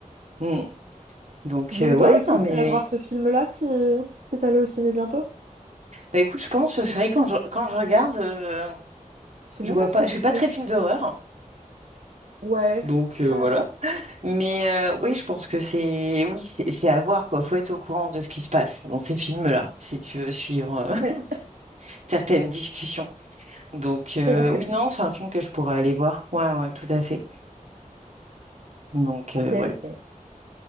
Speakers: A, on the right; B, on the right.
A: ouais. Mm. Donc,
B: Donc
A: euh, ouais,
B: toi aussi,
A: non, mais.
B: tu allais voir ce film-là si, si t'allais au ciné bientôt?
A: Bah, écoute, je pense, c'est vrai, quand je, quand je regarde, euh,
B: Je sais
A: je
B: même
A: vois
B: pas
A: pas,
B: trop
A: je
B: ce
A: suis
B: qu'il
A: pas très
B: y a en
A: film
B: ce
A: d'horreur.
B: moment. Ouais.
A: Donc,
B: f-
A: euh,
B: Ah.
A: voilà. Mais euh, oui, je pense que c'est, oui, c'est c'est à voir, quoi. Faut être au courant de ce qui se passe dans ces films-là, si tu veux suivre euh, <laughs>
B: Oui,
A: certaines discussions. Donc, euh,
B: c'est vrai.
A: oui, non, c'est un film que je pourrais aller voir. Ouais, ouais, tout à fait. Donc, euh,
B: <laughs> Ok,
A: ouais.
B: ok.